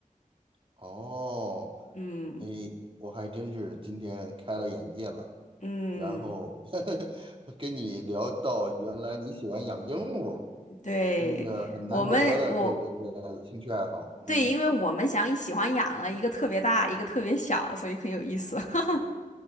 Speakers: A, on the right; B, on the left.
A: 哦，
B: 嗯
A: 哎，我还真是今天开了眼界了。
B: 嗯。
A: 然后 <laughs> 跟你聊到，原来你喜欢养鹦鹉，
B: 对，
A: 真的很难得的这一个兴趣爱好。
B: 我们，我，
A: 嗯，
B: 对，因为我们想喜欢养了一个特别大，一个特别小，所以很有意思。<laughs>